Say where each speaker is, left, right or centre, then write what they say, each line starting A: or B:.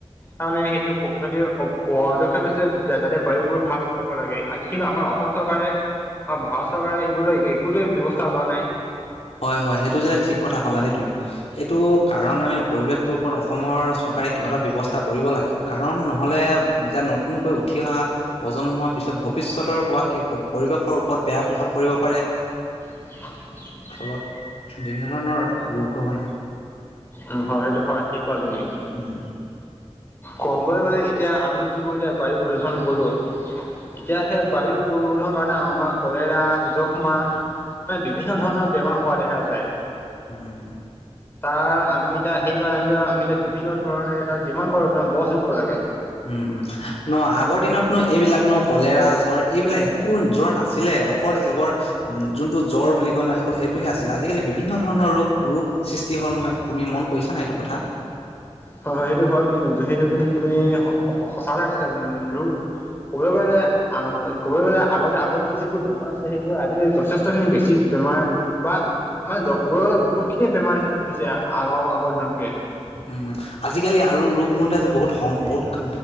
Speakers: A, on the left; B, on the left.
A: তাৰমানে সেইটো সেইটো পদক্ষেপ লৈছে যাতে বায়ুবোৰ ভাল কৰিব লাগে কিন্তু আমাৰ অসম চৰকাৰে বা ভাৰত চৰকাৰে এইবোৰ একোটোৱ ব্যৱস্থা লোৱা নাই।
B: হয় হয় সেইটো যে ঠিক কথা ক'লা দেই তুমি এইটো কাৰণ আমি পৰিৱেশটোৰ ওপৰত অসমৰ চৰকাৰে কিবা এটা ব্যৱস্থা কৰিব লাগে। কাৰণ নহ'লে এতিয়া নতুনকৈ উঠি অহা প্ৰজন্মৰ পিছত ভৱিষ্যতৰ পৰা কি পৰিৱেশৰ ওপৰত বেয়া প্ৰভাৱ পৰিব পাৰে।
A: হয়।
B: ফলত বিভিন্ন ধৰণৰ ৰোগ হ' বানে
A: উ হয় সেইটো হয় ঠিক ক তুমি
B: উম
A: ক'বলৈ গ'লে এতিয়া আমি যিবোৰ এতিয়া বায়ু প্ৰদূষণ কৰোঁ
B: উম
A: এতিয়া সেই বায়ু পৰিশোধৰ কাৰণে আমাৰ কলেৰা যখ্মা মে বিভিন্ন ধৰণৰ বেমাৰ হোৱা দেখা যায়।
B: অ',
A: তাৰ আমিাৰ সেইকাৰণে আমি আমি বিভিন্ন ধৰণে ত যিমান পাৰো তাৰে গছ ৰুব লাগে।
B: উম উম ন আগৰ দিনতনো এইবিলাক নো কলেৰা জ্বৰ এইবিলাক একো জ্বৰ নাছিলে। অকল কেৱৰ উম যোনটো জ্বৰ বুলি কয় নহয় সকল সেইটোহে আছিল আজিকালি বিভিন্ন ধৰণৰ ৰোগ ৰোগ সৃষ্টি হ'ল নহয় তুমি মন কৰিছা না সটো কথা
A: হয় হয় সেইটো হয় কিন্তু সেইটো কিন্তু তুমি সঁচৈ কৈছা কিন্তু ৰোগ ক'বলৈ গ'লে ক'বলৈ গলে আগতে আগতে যিবোৰ বেমাৰ আছে। সেইবোৰ আজ যথেষ্টখিনি বেছি। বেমাৰ ৰোগ বা মানে ক'ব গ'লে বহুত খিনিয়ে বেমাৰ হৈছে আগৰ আগৰ দিনতকে
B: উ আজিকালি আৰু ৰোগ বোন্ধে যে বহুত বহুত